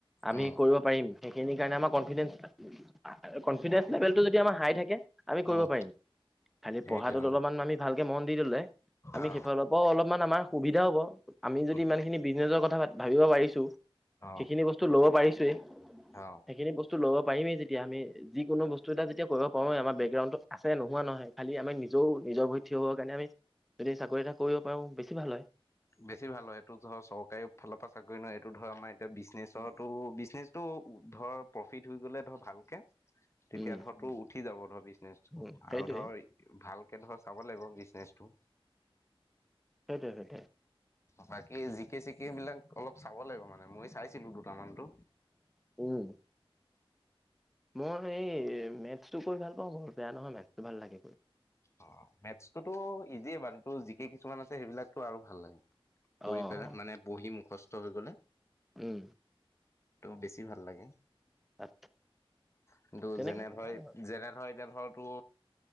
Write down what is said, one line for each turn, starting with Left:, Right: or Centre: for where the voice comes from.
Centre: আমি
Left: উম
Centre: কৰিব পাৰিম সেইখিনি। সেইকাৰণে আমাৰ কনফিডেঞ্চ কনফিডেঞ্চ লেভেলটো যদি আমাৰ হাই থাকে আমি
Left: উম
Centre: কৰিব পাৰিম। খালি
Left: সেইটোৱে
Centre: পঢ়াটোত
Left: অ
Centre: অলমান আমি ভালকে মন দি দলে আমি
Left: অ
Centre: সেইফাল পাওঁ অলপমান আমাৰ সুবিধা হব আমি যদি
Left: উম
Centre: ইমান খিনি বিজনে জৰ কথা ভাবিব পাৰিছো
Left: অ
Centre: সিখিনি বস্তু লব পাৰিছোৱেই।
Left: অ
Centre: সেইখিনি বস্তু লব পাৰিমেই যেতিয়া আমি যিকোনো বস্তু এটা যেতিয়া কৰিব পাঁৰোৱে আমা বেকগ্ৰাণ্ডত আছে ন। নোহোৱা নহয় খালি আমি নিজও নিজৰ ভৰিত থিয় হবৰ কাৰণে আমি যদি চাকৰি এটা কৰিব পাৰোঁ বেছি ভাল হয়।
Left: বেছি ভাল হয়। এইটো ধৰ চৰকাৰী ফালৰ পৰা চাকৰি নহয় এইটো ধৰ আমাৰ এতিয়া বিজনেছটো বিজ বিজনেছ টো ধৰ প্ৰফিট হৈ গলে ধৰ ভালকে তেতিয়া
Centre: উম
Left: ধৰ তো উঠি যাব ধৰ বিজ নেজ
Centre: উম সেইটোৱে
Left: আৰু ধৰ ভালকে ধৰ চাব লাগিব বিজনেচটো।
Centre: সেইটোৱে হয়।
Left: বাকী জিকে চিকে বিলাক অলপ চাব লাগিব মানে মই চাইছিলো। তমানটো।
Centre: উম! মই সেই মেথছটো কৈ ভাল পাওঁ বৰ বেয়া নহয় মেথছটো ভাল লাগে কৰি।
Left: অ মেথছতোটো ইজিয়ে বাৰু জিকে কিছুমান আছে সেইবিলাকতো আৰু ভাল লাগে।
Centre: অ',
Left: কৰি পেলাই মানে বহি মুখস্থ হৈ গলে।
Centre: উম!
Left: টো বেছি ভাল লাগে।
Centre: তাত
Left: কিন্তু
Centre: তেনেকা
Left: যেনে ধৰেত
Centre: ভাল হয়।
Left: যেনে ধৰেত। এতিয়া ধৰ তো